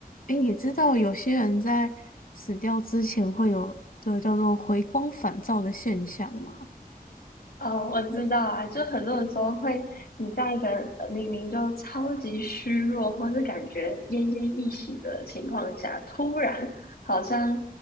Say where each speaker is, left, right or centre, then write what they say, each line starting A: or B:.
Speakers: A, on the left; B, on the left.
A: 诶，你知道有些人在死掉之前会有个叫做回光返照的现象吗？
B: 哦，我知道啊，就很多人说会，你在一个呃明明就超级虚弱，或是感觉奄奄一息的情况下，突然好像